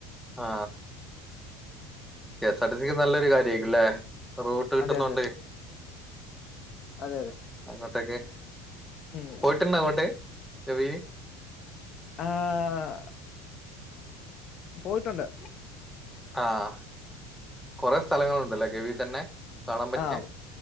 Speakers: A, in the centre; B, on the left.
A: ആ കെ എസ് ആർ ടി സിക്ക് നല്ലൊരു കാര്യയിരിക്കുംല്ലേ റൂട്ട് കിട്ടുന്നുണ്ട്
B: അതെ അതെ അതെ അതെ അതെ
A: അങ്ങോട്ടൊക്കെ
B: ഉം
A: പോയിട്ടുണ്ട അങ്ങോട്ട് ഗവില്
B: ആഹ് പോയിട്ടുണ്ട്
A: ആഹ് കുറെ സ്ഥലങ്ങളുണ്ടല്ലെ ഗവി തന്നെ കാണാൻ പറ്റിയ
B: ആ